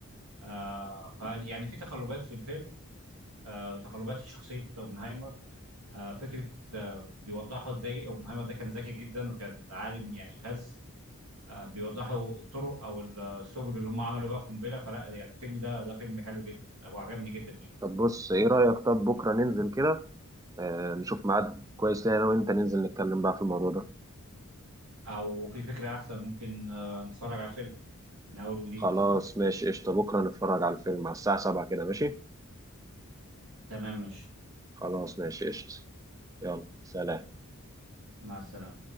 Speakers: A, on the right; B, on the right.
A: آه فيعني في تقلبات في الفيلم آه تقلبات في شخصيه اوبنهايمر آه، فكره آه، بيوضحوا ازاي اوبنهايمر ده كان ذكي جدا وكان عالم يعني فذ آه، بيوضحوا الطرق او السبل اللي هم عملوا بيها القنبله فلا يعني الفيلم ده ده فيلم حلو جدا وعجبني جدا يعني
B: طب بص ايه رأيك طب بكرة ننزل كده آه نشوف ميعاد كويس لينا انا وانت ننزل نتكلم بقى في الموضوع ده
A: او في فكره احسن ممكن آه، نتفرج على الفيلم من اول وجديد
B: خلاص ماشي قشطة بكرة نتفرج على الفيلم على الساعة 7 كده ماشي
A: تمام ماشي
B: خلاص ماشي قشطة يلا سلام
A: مع السلامه